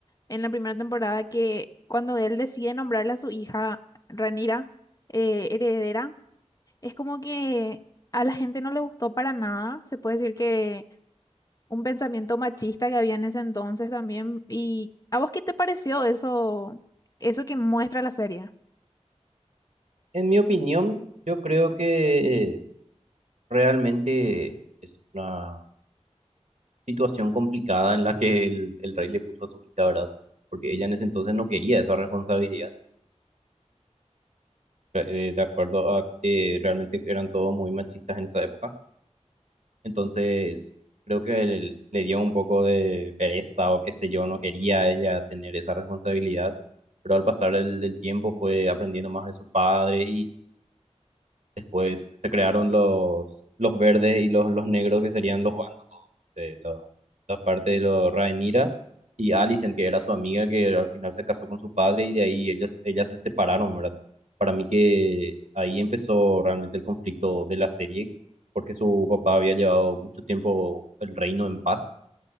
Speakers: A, on the left (about 30°); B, on the right (about 80°).
A: en la primera temporada que cuando él decide nombrarle a su hija Rhaenyra eh, heredera, es como que a la gente no le gustó para nada, se puede decir que un pensamiento machista que había en ese entonces también. ¿Y a vos qué te pareció eso, eso que muestra la serie?
B: En mi opinión, yo creo que realmente es una situación complicada en la que el, el rey le puso a su hija, ¿verdad? Porque ella en ese entonces no quería esa responsabilidad, eh, eh, de acuerdo a que realmente eran todos muy machistas en esa época. Entonces, creo que el- le dio un poco de pereza o qué sé yo, no quería ella tener esa responsabilidad, pero al pasar el, del tiempo fue aprendiendo más de su padre Después se crearon los, los verdes y los, los negros, que serían los bandos de los- la parte de los Rhaenyra y Alicent, que era su amiga, que al final se casó con su padre y de ahí ellas, ellas se separaron, ¿verdad? Para mí que ahí empezó realmente el conflicto de la serie, porque su papá había llevado mucho tiempo el reino en paz